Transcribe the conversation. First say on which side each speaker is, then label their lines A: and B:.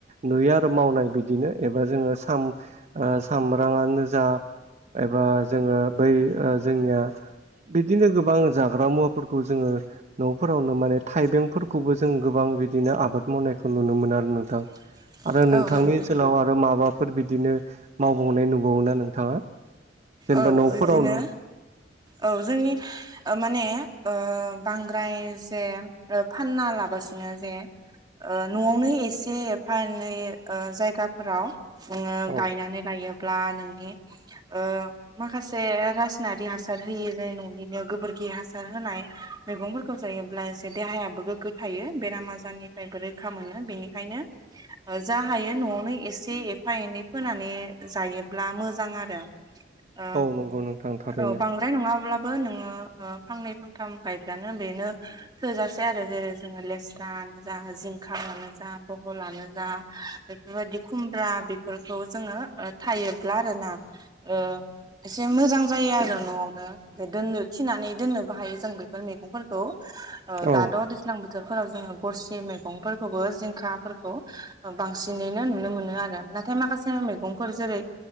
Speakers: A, on the right; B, on the right.
A: नुयो आरो मावनाय बिदिनो एबा जोङो साम ओ सामब्रामानो जा एबा जोङो बै जोंनिया बिदिनो गोबां जाग्रा मुवाफोरखौ जोङो न'फोरावनो माने थाइबेंफोरखौबो जों गोबां बिदिनो आबाद मावनायखौ नुनो मोनो आरो नोंथां।
B: <inaudible>
A: आरो नोंथांनि
B: नंगौ
A: ओनसोलाव आरो माबाफोर बिदिनो मावबावनाय नुबावा नोंथाङा? जेनेबा
B: औ
A: न'खरावनो
B: बिब्दिनो औ जोंनि माने ओ बांद्राय जे ओ फानना लाबासिनो जे ओ न'आवनो एसे एफा एनै जायगाफोराव नोङो
A: औ
B: गायनानै लायोब्ला नोंनि ओ माखासे रासनारि हासार होयोनि न'निनो गोबोरखि हासार होनाय मैगंफोरखौ जायोब्ला एसे देहायाबो गोग्गो थायो बेराम आजारनिफ्रायबो रैखा मोनो बेनिखायनो जा हायो न'आवनो एसे एफा एनै फोनानै जायोब्ला मोजां आरो। ओ
A: औ नंगौ नोंथां थारैनो
B: औ बां द्राय नङाब्लाबो नोङो ओ फांनै फांथाम गायब्लानो बेनो थोजासे आरो जेरै जोङो लेस्रानो जा जिंखायानो जा बहलानो जा बेफोरबायदि खुमब्रा बेफोरखौ जोङो ओ थायोब्ला आरोना ओ एसे मोजां जायो आरो न'आवनो दोननो थि नानै दोननोबो हायो जों बेफोर मैगंफोरखौ
A: औ
B: दाद' दैज्लां बोथोरफोराव जोङो गरसि मैगंफोरखौबो जिंखाफोरखौ बांसिनैनो नुनो मोनो आरो ना नाथाय माखासे मैगंफोर जेरै